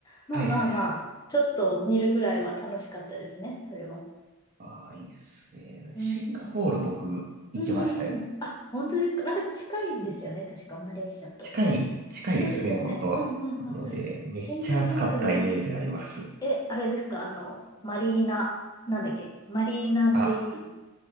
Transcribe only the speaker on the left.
まあまあまあ、
ちょっと見るぐらいは楽しかったですね、それは。
うん。
うんうんうん。あ、本当ですか。なんか近いんですよね、確か、マレーシアと。
そうですよね。
うんうんうん。
シンガポール、え、あれですか、あの、マリーナ、なんだっけ、マリーナベイ、